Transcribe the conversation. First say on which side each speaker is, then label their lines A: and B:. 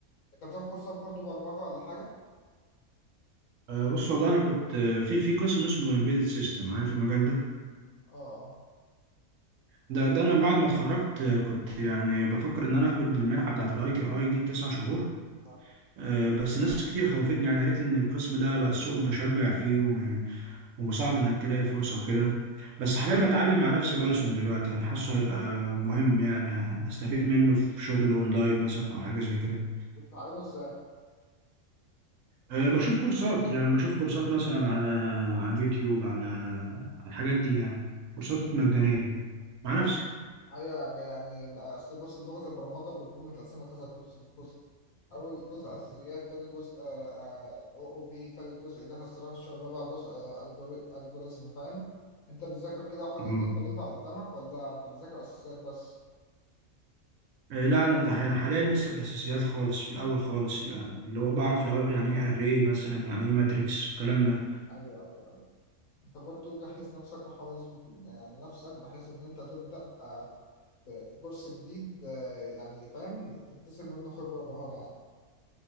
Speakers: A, on the left; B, on the right.
A: انت بتاخد كورسات برضو برمجة ولا حاجة؟
B: آه، بص والله انا كنت آه، في في قسم اسمه embedded system عارف المجال ده
A: اه اه
B: ده ده انا بعد ما اتخرجت آه، كنت يعني بفكر ان انا اخد المنحه بتاعه الاي تي اي دي تسع شهور
A: اه
B: آه، بس ناس كتير خوفتني يعني قالت لي ان القسم ده بقى السوق متشبع فيه وما- وصعب انك تلاقي فرصة وكده بس حاليا بتعلم مع نفسي بايثون دلوقتي يعني حاسه هيبقى مهم يعني هستفيد منه في شغل اونلاين مثلا او حاجة زي كده
A: بتتعلمه ازاي؟
B: أه بشوف كورسات يعني بشوف كورسات مثلا على على اليوتيوب على على الحاجات دي يعني كورسات مجانية مع نفسي
A: ايوه ب- يعني بقى- اصل بص اللغه البرمجه بتكون متقسمه كذا جزء جزء اول جزء اساسيات تاني جزء او او بي تالت جزء داتا ستراكشر رابع جزء الجوريزم فاهم انت بتذاكر كده وحاطط
B: اه
A: دي الطريقه قدامك ولا انت بتذاكر اساسيات بس
B: آه، لا انا ده انا حاليا لسه في الاساسيات خالص في الاول خالص يعني اللي هو بعرف الاول يعني ايه اري مثلا يعني ايه ماتريكس والكلام ده
A: ايوه ايوه ايوه انت برضو جهز نفسك وحافظ بت- يعني نفسك بحيث ان انت تبدا آه، في في كورس جديد آه، يعني فاهم تكتسب منه خبره ومهاره يعني